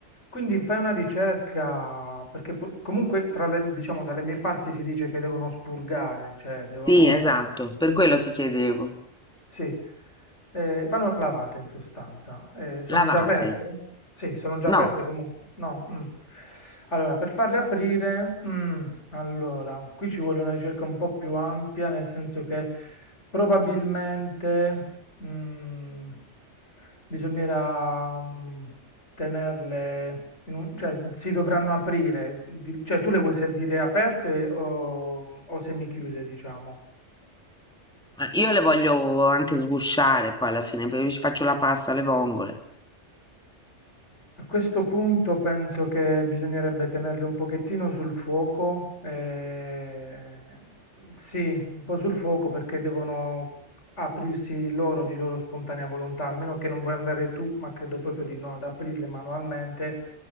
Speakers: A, on the left; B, in the centre.
A: Quindi fai una ricerca, perché po- comunque tra le- diciamo, dalle mie parti si dice che devono spurgare, cioè
B: sì,
A: devono...
B: esatto, per quello ti chiedevo.
A: Sì, ehm, vanno lavate in sostanza. Ehm, sono
B: Lavate.
A: già aperte? Sì, sono già
B: No,
A: aperte comunque? No, mh. Allora, per farle aprire, mhmm, allora, qui ci vuole una ricerca un po' più ampia, nel senso che probabilmente, mhmm, bisognerà, mhmm, tenerle in un cioè si dovranno aprire, di cioè tu le vuoi servire aperte o o semichiuse, diciamo?
B: eh, io le voglio anche sgusciare poi alla fine, perché ci faccio la pasta alle vongole.
A: A questo punto penso che bisognerebbe tenerle un pochettino sul fuoco, eh, sì, un po' sul fuoco perché devono aprirsi loro di loro spontanea volontà, almeno che non vuoi andare tu, ma credo proprio di no, ad aprirle manualmente,